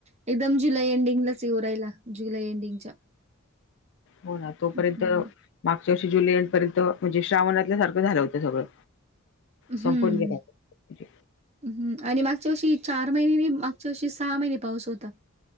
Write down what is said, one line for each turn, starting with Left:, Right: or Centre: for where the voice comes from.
Right: एकदम जुलै एंडिंगलाच येवू रायला. जुलै एंडिंगच्या
Left: हो ना तोपर्यंत
Right: हम्म.
Left: मागच्या वर्षी जुलैं एंड पर्यंत श्रावणातल्या सारखं झालं होतं.
Right: हम्म
Left: संपून गेला म्हणजे.
Right: हम्म आणि मागच्या वर्षी चार महिने नई माग <unintelligible> तशी सहा महिने पाऊस होता.